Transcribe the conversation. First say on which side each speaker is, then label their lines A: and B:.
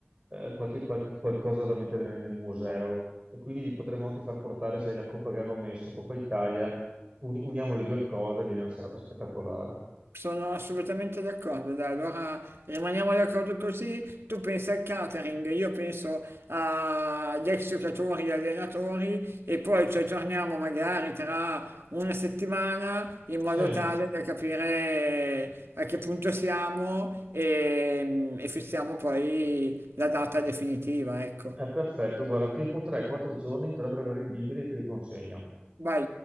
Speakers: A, on the right; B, on the right.
A: eh, qualche- qual- qualcosa da mettere nel, nel museo e quindi gli potremmo anche far portare, sai, la Coppa che hanno messo, Coppa Italia, uni- uniamo le due cose, viene una serata spettacolare.
B: sono assolutamente d'accordo. Dai, allora rimaniamo d'accordo così, tu pensi al catering, io penso agli ex giocatori e allenatori e poi ci aggiorniamo magari tra una settimana in
A: Sì.
B: modo tale da capire a che punto siamo e, e fissiamo poi la data definitiva, ecco.
A: È perfetto, guarda, tempo 3-4 giorni dovrebbero avere liberi e te li consegno.
B: Vai.